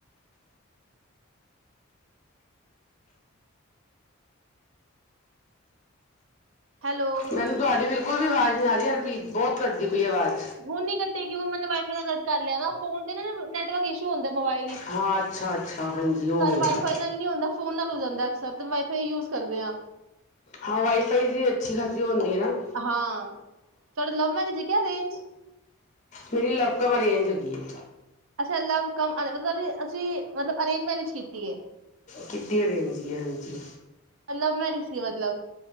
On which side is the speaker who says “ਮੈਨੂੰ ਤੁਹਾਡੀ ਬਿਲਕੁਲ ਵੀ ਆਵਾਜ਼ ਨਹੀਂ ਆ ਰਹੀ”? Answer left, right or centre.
Left